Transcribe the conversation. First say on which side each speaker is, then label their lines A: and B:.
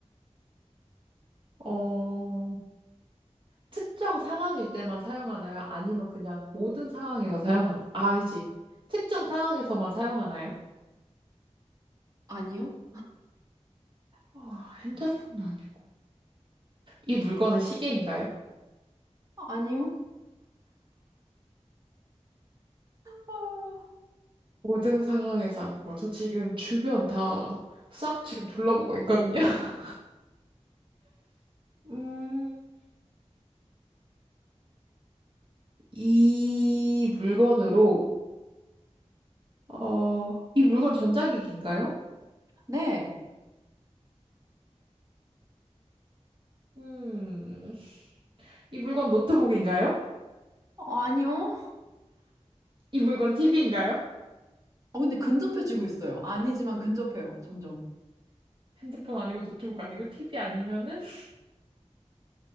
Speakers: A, on the right; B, on the right.
A: 어, 특정 상황일 때만 사용하나요? 아니면 그냥 모든 상황에서 사용하나요? 아, 알지. 특정 상황에서만 사용하나요?
B: 아니요?
A: 아, 핸드폰은 아니고. 이 물건은 시계인가요?
B: 아니요? 어,
A: 모든 상황에서 하는 거. 저 지금 주변 다 싹 지금 둘러보고 있거든요. <laughs> 음, 이 물건으로, 어, 이 물건 전자기기인가요?
B: 네.
A: 음, 이 물건 노트북인가요?
B: 어, 아니요?
A: 이 물건 TV인가요?
B: 어, 근데 근접해지고 있어요. 아니지만 근접해요, 점점.
A: 핸드폰 아니고 노트북 아니고 TV 아니면은 <laughs>